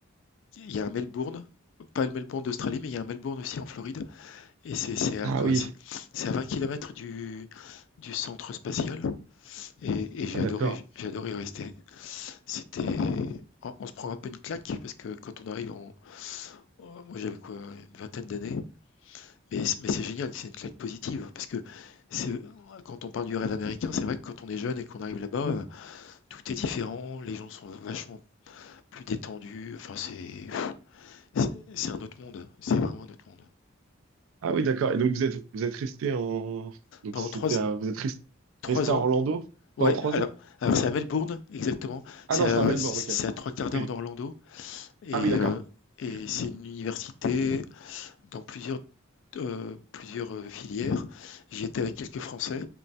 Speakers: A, on the left (about 60°); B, on the right (about 75°).
A: Il y a un Melbourne, pas le Melbourne d'Australie, mais il y a un Melbourne aussi en Floride. Et c'est c'est à
B: Ah
A: quoi?
B: oui.
A: C'est c'est à 20 kilomètres du, du centre spatial et, et j'ai
B: Ah,
A: adoré,
B: d'accord.
A: j'ai adoré rester. C'était, on, on se prend un peu une claque parce que quand on arrive en, oh, moi j'avais quoi, une vingtaine d'années, mais, c'est- mais c'est génial, c'est une claque positive parce que c'est, quand on parle du rêve américain, c'est vrai que quand on est jeune et qu'on arrive là-bas, euh, tout est différent, les gens sont vachement plus détendus, enfin c'est, c'est c'est un autre monde, c'est vraiment un autre monde.
B: Ah oui, d'accord. Et donc, vous êtes, vous êtes resté en. Donc,
A: Pendant
B: c'était
A: trois,
B: à... vous êtes res-
A: trois
B: resté à
A: ans,
B: Orlando pendant
A: Ouais,
B: trois
A: alors,
B: ans?
A: alors c'est à Melbourne, exactement. C'est
B: Ah non,
A: à,
B: c'est à Melbourne,
A: c'est
B: ok.
A: à trois quarts d'heure
B: Oui.
A: d'Orlando et,
B: Ah oui, d'accord.
A: euh, et
B: Ok.
A: c'est une université dans plusieurs, euh, plusieurs euh, filières. J'y étais avec quelques Français,